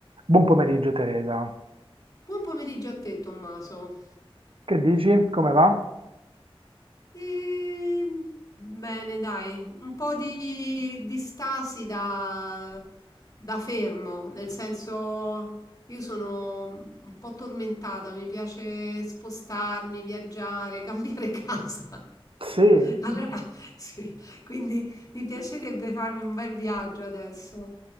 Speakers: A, on the right; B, on the left.
A: Buon pomeriggio Teresa,
B: Buon pomeriggio a te, Tommaso.
A: che dici? Come va?
B: Ehm, bene, dai, un po' di, di stasi da, da fermo, nel senso io sono un po' tormentata, mi piace spostarmi, viaggiare, cambiare casa. <laughs>
A: Sì,
B: Allora, sì, quindi mi piacerebbe farmi un bel viaggio adesso.